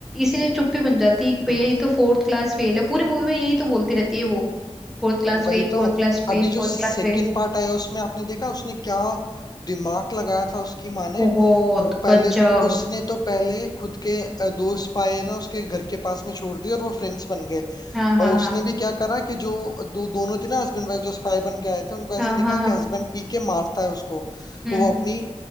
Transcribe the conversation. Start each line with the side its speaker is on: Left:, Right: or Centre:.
Centre: इसीलिए चुप्पी बन जाती है कि भैया
Left: हम्म,
Centre: ये तो फोर्थ क्लास फेल है पूरी मूवी में यही तो बोलती रहती है वो Fourth class fail
Left: वही तो
Centre: fourth class fail
Left: अभी जो
Centre: fourth
Left: सेकंड
Centre: class fail
Left: पार्ट आया उसमें आपने देखा उसने क्या दिमाग लगाया था उसकी माँ ने
Centre: बहुत
Left: पहले
Centre: गजब
Left: तो- उसने तो पहले खुद के अ, दोस्त पाए हैं ना उसके घर के पास में छोड़ दिए और वो फ्रेंड्स बन गए
Centre: हाँ हाँ
Left: और उसने
Centre: हाँ
Left: भी क्या करा कि जो दो दोनों थे ना हस्बैंड वाइफ जो स्पाई बन के आए थे उनको ऐसे
Centre: हाँ
Left: दिखाया
Centre: हाँ हाँ
Left: कि हस्बैंड पी के मारता है उसको
Centre: हम्म
Left: तो वो अपनी